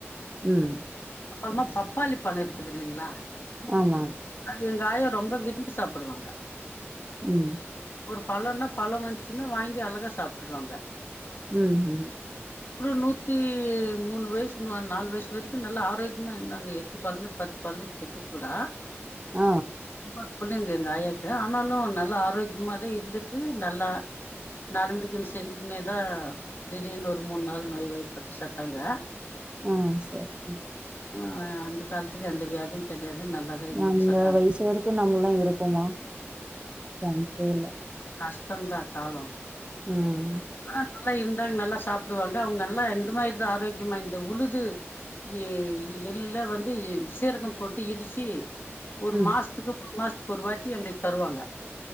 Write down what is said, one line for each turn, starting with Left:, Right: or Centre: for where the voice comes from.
Right: ம்
Left: அப்பறமா பப்பாளி பழ இருக்குது இல்லைங்களா
Right: ஆமா
Left: அது எங்க ஆயா ரொம்ப விரும்பி சாப்புடுவாங்க
Right: ம்
Left: ஒரு பழனா பழ வந்துச்சுன்னா வாங்கி அழகா சாப்டுடுவாங்க
Right: ம் ம்
Left: நூத்தி மூணு வயசுனுவா நாலு வயசு இப்ப வரைக்கு நல்லா ஆரோக்கியமா இருந்தாங்க எட்டு கொழந்த பத்து கொழந்தய பெத்திட்டு கூட
Right: ஆ
Left: முப்பது புள்ளைங்க எங்க ஆயாக்கு ஆனாலு நல்லா ஆரோக்கியமாதா இருந்துட்டு நல்லா நடந்துக்குன்னு செஞ்சுக்குனேதா திடீர்னு ஒரு மூண் நாள் நோய் வாய்ப்பட்டு செத்தாங்க
Right: அ சேர் சேர்
Left: ஆ அந்த காலத்துல எந்த வியாதியு கெடையாது நல்லாதான் இருந்துட்டு
Right: அந்த
Left: செத்தாங்க
Right: வயசு வரைக்கு நம்மல்லா இருக்கோமா சான்ஸே இல்ல
Left: கஷ்டந்தா காலோ
Right: ம்
Left: ஆ நல்லா இருந்தாங்க நல்லா சாப்டுவாங்க அவுங்க நல்லா இந்த மாரிதா ஆரோக்கியமா இந்த உழுது எ எள்ளல்லா வந்து சீரகம் போட்டு இடிச்சி ஒரு
Right: ம்
Left: மாசத்துக்கு மூணு மாசத்துக்கு ஒருவாட்டி எங்களுக்கு தருவாங்க